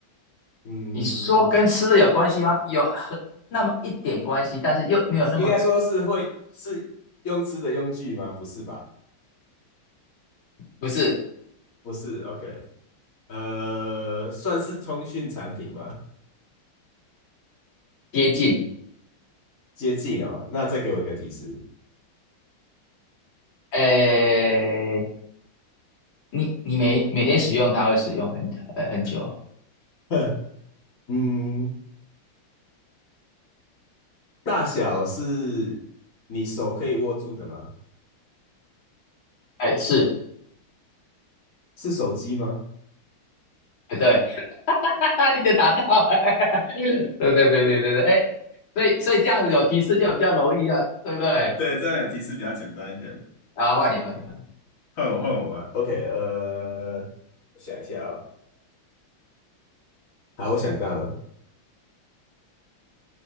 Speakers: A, on the left; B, on the left.
A: 嗯，
B: 你说跟吃的有关系吗？有很那么一点关系，但是又没有那么，
A: 应该说是会是用吃的用具吗？不是吧？
B: 不是
A: 不是，OK，呃，算是通讯产品吗？
B: 接近。
A: 接近哦，那再给我一个提示，
B: 诶，你你每每天使用它会使用很很很久，
A: <laughs> 嗯，大小是你手可以握住的吗？
B: 哎，是，
A: 是手机吗？
B: 哎，对，<laughs> 哈哈，你就达到了，<laughs> 对对对对对对，哎，所以所以这样子有提示就比较容易啊，对不对？
A: 对，这样有提示比较简单一点。
B: 然后换你换你换你，
A: 换我，换我吧。OK，呃，我想一下哦。好，我想到了，